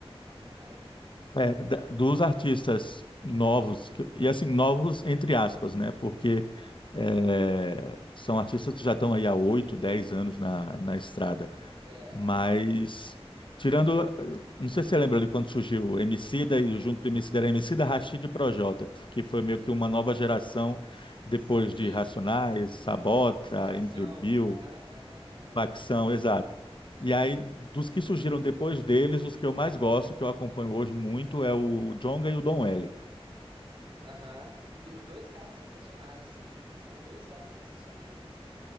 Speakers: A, on the right; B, on the left.
A: O cara é bom. O
B: É,
A: cara
B: da-
A: é bom.
B: dos artistas novos, que- e assim, novos entre aspas, né? Porque é, são artistas que já estão aí há 8, 10 anos na, na estrada.
A: É,
B: Mas,
A: aham.
B: tirando, eh, não sei se você lembra ali quando surgiu o Emicida e junto do Emicida era Emicida, Rashid e Projota, que f- que foi meio que uma nova geração depois
A: Sim,
B: de Racionais, Sabota,
A: facção.
B: M V Bill,
A: Aham, aham, aham,
B: Facção, exato.
A: aham,
B: E aí, dos que surgiram depois deles, os que eu mais gosto, que eu acompanho hoje muito, é o Djonga e o Don L.
A: aham. Do- dois caras sensacionais, sim. São dois caras sensacionais,